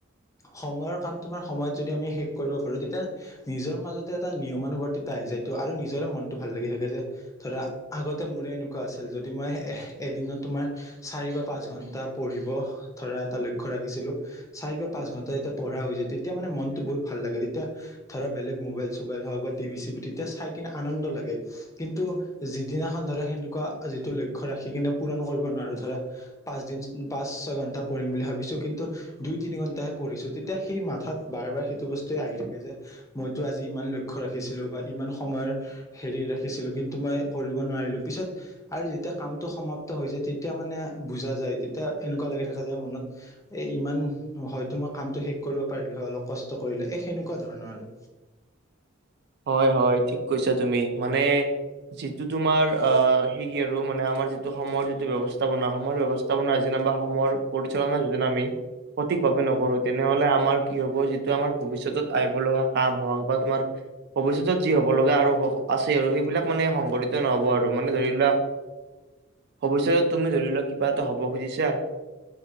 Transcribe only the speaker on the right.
হয় হয়, ঠিক কৈছা তুমি। মানে যিটো তোমাৰ অ' সেই কি আৰু মানে আমাৰ যিটো সময়ৰ যিটো ব্যৱস্থাপনা সময়ৰ ব্যৱস্থাপনা যেনিবা সময়ৰ পৰিচালনা যোজনা আমি সঠিক ভাৱে নকৰো। তেনেহলে আমাৰ কি হব যিটো আমাৰ ভৱিষ্যতত আহিব লগা কাম হওঁক বা তোমাৰ ভৱিষ্যতত যি হব লগা আৰু আছে আৰু সেইবিলাক মানে সংঘটিত নহব আৰু মানে ধৰি লোৱা ভৱিষ্যতত তুমি ধৰি লোৱা কিবা এটা হব খুজিছা?